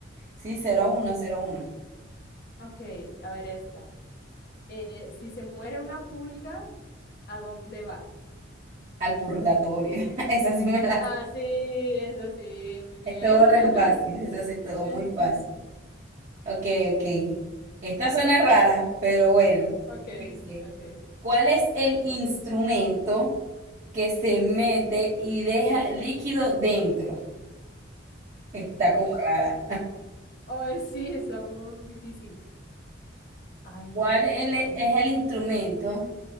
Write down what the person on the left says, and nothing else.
Ok, a ver esta. Eh, si se muere una pulga, ¿a dónde va?
Ah, sí, es así, muy bien.
<laughs>
Sí,
sí, sí.
Ok,
ok.
Wish.
Oh, sí, está muy difícil. Ay,
ay.